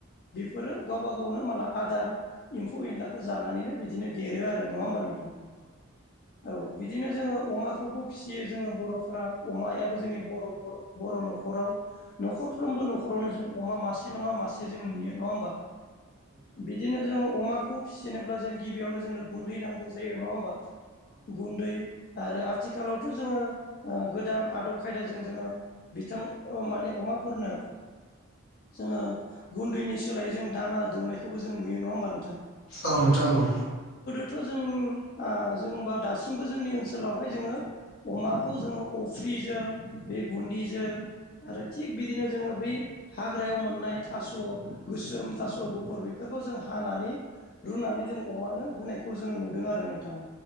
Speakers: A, on the left; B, on the left.
A: बेफोरो गावबा गावनो माला आदार एम्फौ एनलाखौ जानानैनो बिदिनो देरो आरो नङा होमबा नोंथां? औ बिदिनो जोङो अमाखौबो फिसियो जोङो बर'फोरा अमायाबो जोंनि बर' बर' न'खराव न'खरफ्रोमबो न'खरावनो जों अमा मा से नङा मासे जों नुयो नङा होमबा? बिदिनो जों अमा खौ फिसिनोब्ला जों गिबियावनो जोंनो गुन्दै नांगौ जायो नङा होमबा? गुन्दै आरो आथिखालावथ' जोङो ओ गोदान आदब खायदाजों जोङो बिथां माने अमाफोरनो जोङो गुन्दैनि सोलायै जों दाना दौनायखौबो जों नुयो नङा होमबा नोंथां?
B: औ नोंथां औ।
A: थ' जों ओ जोंबा दासिमबो जोंनि ओनसोलावहाय जोङो अमाखौ जोङो अफ्रिजों बे गुदिजों आरो थिग बिदिनो जोङो बै हाग्रायाव मोननाय थास' गोसोम थास' गुफुर बेफोरखौ जों हानानै रुनानै जों अमानो होनाय खौ जोङो नुदों आरो नोंथां